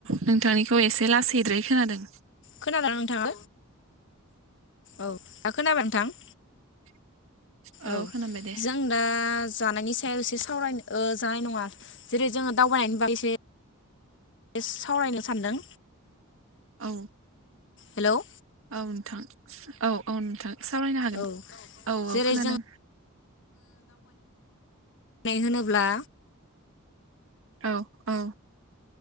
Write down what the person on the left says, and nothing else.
खोनादों नोंथाङा औ दा खोनाबाय नोंथां?
औ
जों दा जानायनि सायाव एसे सावराय ओ जानाय नङा जेरै जोङो दावबायनायनि बागै एसे सावरायनो सानदों।
हेल'
औ
जेरै
जोङो नाय होनोब्ला